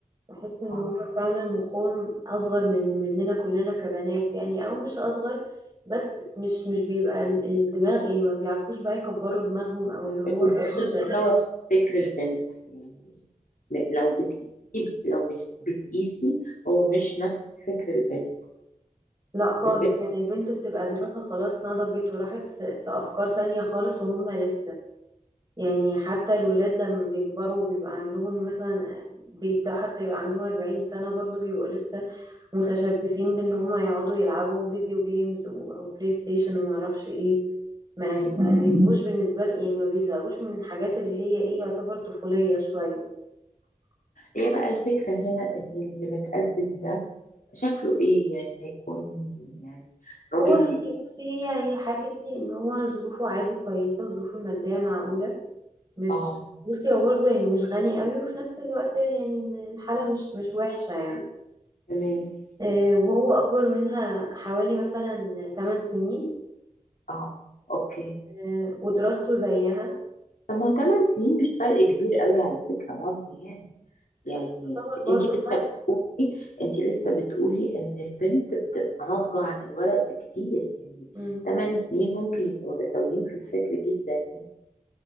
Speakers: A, on the right (about 30°); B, on the left (about 80°).
A: بحس ان
B: اه
A: هما فعلا مخهم اصغر من مننا كلنا كبنات يعني او مش اصغر بس مش مش بيبقى ال- الدماغ يعني ما بيعرفوش بقى يكبروا دماغهم او اللي هو
B: بتوصل
A: مش
B: المستوى في فكر البنت يعني م- لو بتقيسي لو بت- بتقيسي هو مش نفس فكر البنت
A: لا خالص
B: البنت
A: يعني البنت بتبقى دماغها خلاص نضجت وراحت في في أفكار تانية خالص وهم لسه يعني حتى الولاد لما بيكبروا وبيبقى عندهم مثلا بيبدأ حتى يبقى عندهم أربعين سنة برضو بيبقوا لسه متشبثين بإن هما يقعدوا يلعبوا فيديو جيمز و- وبلاي ستيشن ومعرفش ايه ما
B: مم.
A: ما بيبقوش بالنسبة ل- يعني ما بيزهقوش من الحاجات اللي هي ايه يعتبر طفولية شوية
B: إيه بقى الفكرة هنا إن اللي متقدم ده شكله ايه يعني هيكون يعني راجل
A: هو يعني بصي هي هي حكت لي ان هو ظروفه عادي كويسة ظروفه المادية معقولة مش
B: اه
A: بصي هو برضه يعني مش غني قوي وفي نفس الوقت يعني م- الحالة مش مش وحشة يعني
B: تمام
A: آه، وهو أكبر منها حوالي مثلا 8 سنين
B: اه اوكي
A: آه، ودراسته زيها
B: طب ما هو 8 سنين مش فرق كبير قوي على فكرة برضه يعني يعني
A: بس تعتبر برضه
B: انت لسه
A: فرق
B: بتقولي انت لسه بتقولي ان البنت بتبقى ناضجة عن الولد بكتير يعني
A: مم.
B: 8 سنين ممكن يبقوا متساويين في الفكر جدا يعني